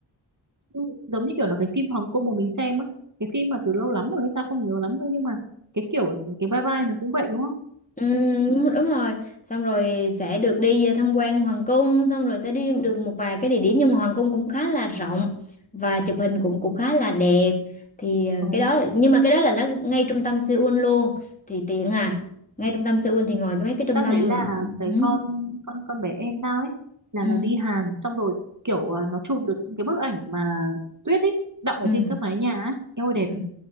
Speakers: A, on the right; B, on the left.
A: Ừ, giống như kiểu là cái phim Hồng Kông mà mình xem á cái phim mà từ lâu lắm rồi người ta không nhớ lắm thôi nhưng mà cái kiểu cái vai vai nó cũng vậy đúng không
B: Ừm, đúng rồi xong rồi sẽ được đi tham quan hoàng cung xong rồi sẽ đi được một vài cái địa điểm nhưng mà hoàng cung cũng khá là rộng và chụp hình cũng cũng khá là đẹp thì ờ,
A: Ồ.
B: cái đó nhưng mà cái đó là nó ngay trung tâm Seoul luôn thì tiện à
A: Ừ.
B: ngay trung tâm Seoul thì ngoài cái mấy cái trung
A: tao
B: tâm
A: thấy là cái
B: ừ,
A: con con con bé em tao ấy là
B: ừ,
A: nó đi Hàn xong rồi kiểu à, nó chụp được những cái bức ảnh mà tuyết ấy đọng ở
B: ừ.
A: trên các mái nhà ấy eo ơi đẹp
B: Ừ